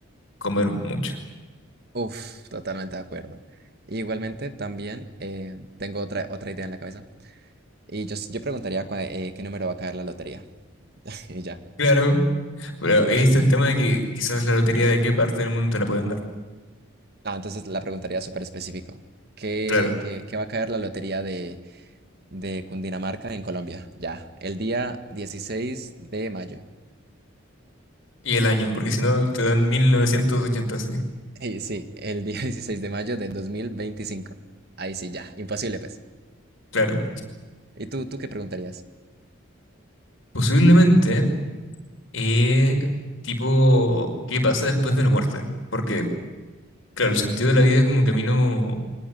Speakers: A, on the left; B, on the right.
A: comer mucho.
B: Uf, totalmente de acuerdo. Igualmente, también eh, tengo otra, otra idea en la cabeza. Y yo, s- yo preguntaría cua- eh, qué número va a caer la lotería. <laughs> Y ya.
A: Claro, pero ahí está el tema de que quizás la lotería de qué parte del mundo te la pueden dar.
B: Ah, entonces la preguntaría súper específico. ¿Qué,
A: Claro.
B: qué, qué va a caer la lotería de de Cundinamarca en Colombia. Ya, el día 16 de mayo.
A: Y el año, porque si no te dan 1980.
B: Sí, sí, el día <laughs> dieciséis de mayo de dos mil veinticinco Ahí sí, ya, imposible, pues.
A: Claro.
B: ¿Y tú, tú qué preguntarías?
A: Posiblemente, eh, tipo, ¿qué pasa después de la muerte? Porque, claro, el sentido de la vida como que a mí no,